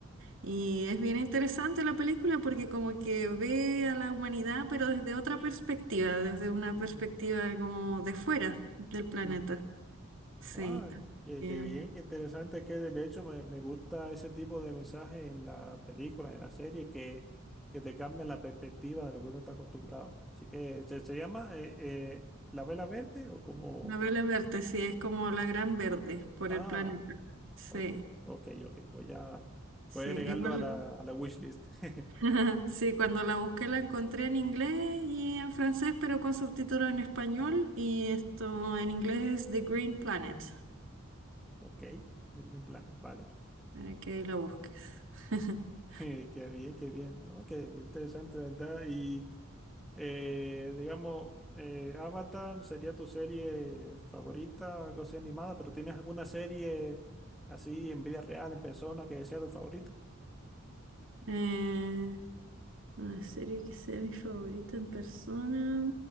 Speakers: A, on the right; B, in the centre.
A: Y es bien interesante la película porque como que ve a la humanidad, pero desde otra perspectiva, desde una
B: Mm,
A: perspectiva como de fuera del planeta.
B: Sí.
A: Sí,
B: Ay, qué,
A: eh,
B: qué bien, qué interesante que de de hecho me, me gusta ese tipo de mensaje en la película, en la serie, que, que te cambia la perspectiva de lo que uno está acostumbrado. Así que se, se llama eh, eh, La Vela Verde o como...
A: novela verde, sí, es como la gran verde por
B: Ah,
A: el planeta. Sí,
B: o- ok, ok. Voy a,
A: sí,
B: voy a agregarlo
A: igual,
B: a la, a la wishlist. <laughs>
A: <laughs> sí, cuando la busqué la encontré en inglés y en francés, pero con subtítulos en español y esto en inglés es The Green Planet,
B: Ok, The Green Planet, vale.
A: para que ahí la busques. <laughs>
B: <laughs> Qué bien, qué bien. Ok, interesante, la ¿verdad? Y... Eh, digamos, eh, Avatar sería tu serie favorita, algo así animada, pero ¿tienes alguna serie así en vida real, en persona, que sea tu favorita?
A: Eh, una serie que sea mi favorita en persona.